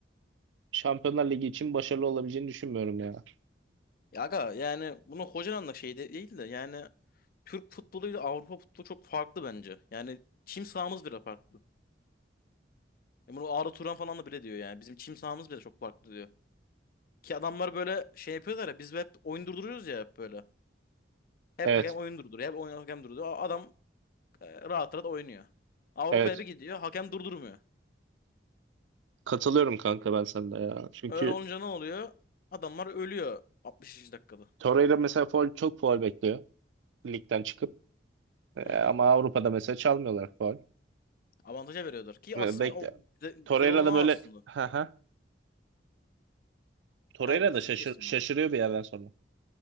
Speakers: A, on the right (about 85°); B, on the left (about 50°).
A: Şampiyonlar Ligi için başarılı olabileceğini düşünmüyorum ya.
B: Ya aga yani bunu hocanın da şey de- değil de yani Türk futboluyla Avrupa futbolu çok farklı bence. Yani çim sahamız bile farklı. Ya Bunu Arda Turan falan da bile diyor yani. Bizim çim sahamız bile çok farklı diyor. Ki adamlar böyle şey yapıyorlar ya biz hep oyun durduruyoruz ya hep böyle. Hep
A: Evet,
B: hakem oyun durduruyor. Hep oyun hakem durduruyor. A- Adam e, rahat rahat oynuyor. Avrupa'ya
A: evet.
B: bir gidiyor hakem durdurmuyor.
A: Katılıyorum kanka ben sana ya. Çünkü
B: Öyle olunca ne oluyor? Adamlar ölüyor 60. dakikada.
A: Torreira mesela faul, çok faul bekliyor ligden çıkıp. Eee,
B: Hı hı.
A: ama Avrupa'da mesela çalmıyorlar faul.
B: Avantaja veriyorlar. Ki
A: Ve
B: aslında
A: bekle.
B: o güzel,
A: Torreira
B: güzel olan
A: da
B: o
A: böyle
B: aslında.
A: ha ha. Torreira
B: Ha sözünü
A: da şaşır,
B: kestim
A: şaşırıyor
B: ben.
A: bir yerden sonra.